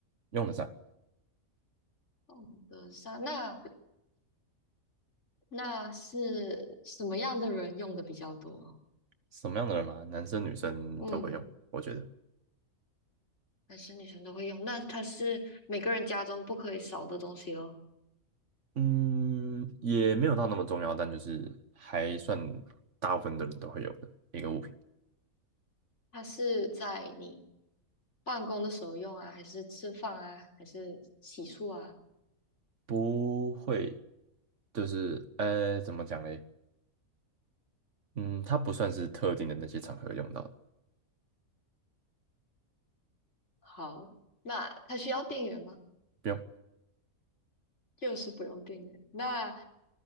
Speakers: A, on the right (about 60°); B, on the left (about 55°).
A: 用得上，
B: 用得上。那那是什么样的人用的比较多？
A: 什么样的人嘛，男生女生都会用，
B: 嗯，
A: 我觉得，
B: 男生女生都会用。那它是每个人家中不可以少的东西哦。
A: 嗯，也没有到那么重要，但就是还算大部分的人都会有的一个物品，
B: 它是在你办公的时候用啊，还是吃饭啊，还是洗漱啊？
A: 不会，就是呃，怎么讲嘞？嗯，它不算是特定的那些场合用到的，
B: 好，那它需要电源吗？
A: 不用，
B: 就是不用电源。那